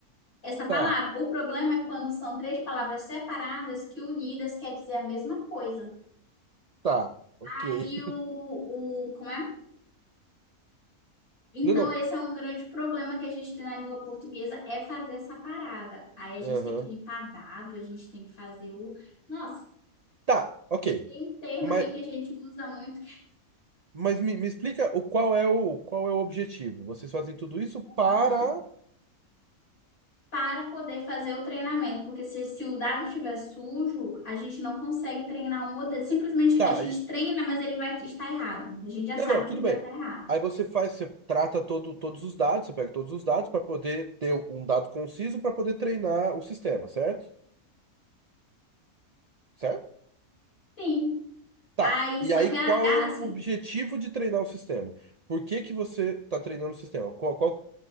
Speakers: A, on the left; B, on the right.
A: essa palavra.
B: tá,
A: O problema é quando são três palavras separadas que unidas quer dizer a mesma coisa.
B: tá, ok.
A: Aí
B: <laughs>
A: o, o, como é? Então,
B: Não, não.
A: esse é um grande problema que a gente tem na língua portuguesa, é fazer essa parada. Aí a
B: Aham.
A: gente tem que limpar dado, a gente tem que fazer o. Nossa,
B: Tá, ok.
A: tem um termo
B: Mas,
A: aqui que a gente usa muito, que...
B: mas me, me explica o qual é o, qual é o objetivo. Vocês fazem tudo isso para.
A: Aham. Para poder fazer o treinamento, porque se, se o dado estiver sujo, a gente não consegue treinar o modelo. Simplesmente
B: Tá,
A: a gente treina, mas ele vai estar errado. A gente já
B: Não,
A: sabe
B: não, tudo
A: que ele vai
B: bem.
A: estar errado.
B: Aí você faz, você trata todo, todos os dados, você pega todos os dados para poder ter um dado conciso para poder treinar o sistema, certo? Certo?
A: Sim.
B: Tá.
A: Aí,
B: E
A: só
B: aí,
A: que é,
B: qual
A: é
B: é o
A: assim,
B: objetivo de treinar o sistema? Por que que você está treinando o sistema? Qual, qual,